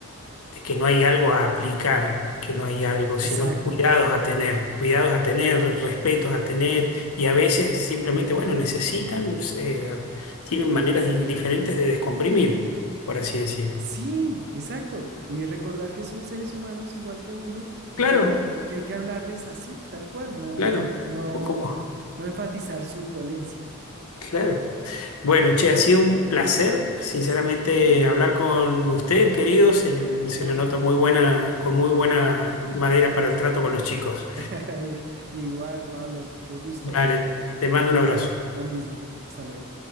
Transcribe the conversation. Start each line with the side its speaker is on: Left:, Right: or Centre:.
Left: de que no hay algo a aplicar, que no hay algo, sino
Right: Exacto.
Left: cuidados a tener, cuidados a tener, respetos a tener, y a veces simplemente, bueno, necesitan, eh, tienen maneras di- diferentes de descomprimir, por así decir.
Right: Sí, exacto. Y recordar que son seres humanos igual que uno y
Left: Claro,
Right: que, y que hay que hablarles así, tal cual, no,
Left: claro,
Right: no,
Left: un poco <laughs> como,
Right: no enfatizar su dolencia.
Left: claro. Bueno, che, ha sido un placer, sinceramente,
Right: Sí,
Left: hablar con usted, querido. Se,
Right: bueno,
Left: se le nota muy buena, con muy buena madera para el trato con los chicos.
Right: <laughs> igual, Pablo, qué gusto.
Left: Dale, te mando un abrazo.
Right: Lo mismo. Hasta luego.